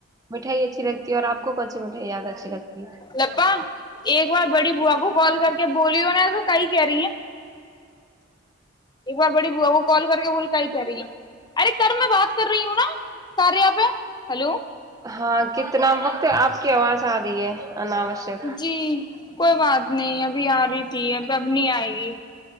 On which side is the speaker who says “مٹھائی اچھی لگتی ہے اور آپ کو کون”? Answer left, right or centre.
Right